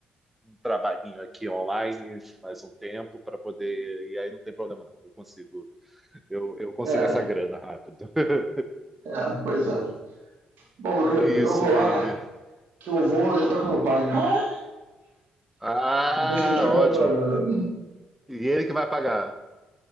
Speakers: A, in the centre; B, on the right (about 70°).
A: trabalhinho aqui online mais um tempo para poder. E aí não tem problema, não. Eu consigo, eu, eu consigo
B: É,
A: essa grana rápido. <laughs>
B: é, pois é. Bom, meu
A: É
B: querido,
A: isso,
B: eu vou
A: baby.
B: lá, que eu vou já tá com meu pai. Ah!
A: Ah,
B: Vou jantar com
A: ótimo.
B: meu pai agora.
A: E ele que vai pagar.